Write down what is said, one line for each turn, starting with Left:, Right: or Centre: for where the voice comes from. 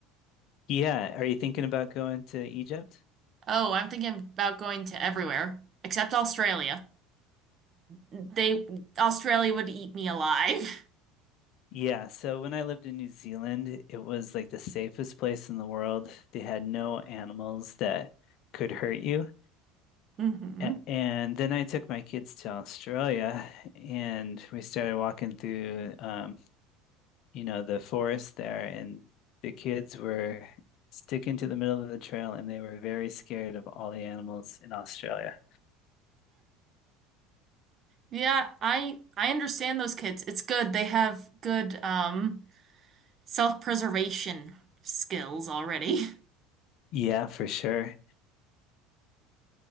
Left: Yeah. Are you thinking about going to Egypt?
Right: Oh, I'm thinking about going to everywhere except Australia. They Australia would eat me alive.
Left: Yeah. So, when I lived in New Zealand, it was like the safest place in the world. They had no animals that could hurt you.
Right: <laughs> hmm
Left: A- And then I took my kids to Australia and we started walking through um, you know, the forest there, and the kids were sticking to the middle of the trail and they were very scared of all the animals in Australia.
Right: Yeah, I I understand those kids. It's good. They have good um self-preservation skills already. <laughs>
Left: Yeah, for sure.